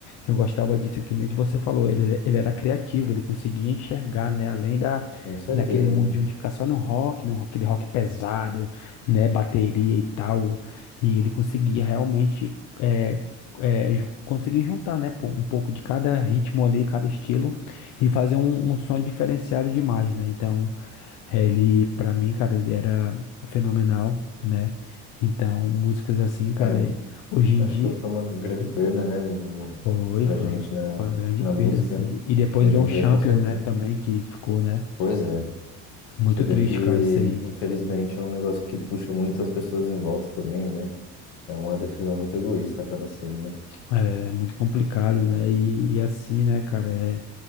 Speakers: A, on the left (about 70°); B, on the left (about 85°).
A: eu gostava disso que nem você falou. Ele, ele era criativo, ele conseguia enxergar, né? Além da,
B: com certeza.
A: daquele mundinho de ficar só no rock, no, aquele rock pesado né, bateria e tal. E ele conseguia realmente é, é, ju- conseguir juntar, né, pô, um pouco de cada ritmo ali, cada estilo, e fazer um, um som diferenciado demais, né? Então, é, ele, pra mim, cara, ele era fenomenal, né? Então, músicas assim, cara,
B: É,
A: e hoje em
B: acho
A: dia,
B: que foi uma grande perda, né, do,
A: foi,
B: pra
A: foi
B: gente
A: uma,
B: na,
A: foi uma grande
B: na
A: perda,
B: música.
A: assim. E depois
B: Hoje
A: veio
B: em
A: um
B: dia,
A: Champion,
B: com certeza.
A: né, também, que ficou, né,
B: Pois é.
A: muito
B: Você vê
A: triste,
B: que,
A: cara, isso aí.
B: infelizmente, é um negócio que puxa muito as pessoas em volta também, né? É uma decisão muito egoísta, acaba sendo, né?
A: É é muito complicado, né? E, e assim, né, cara, é,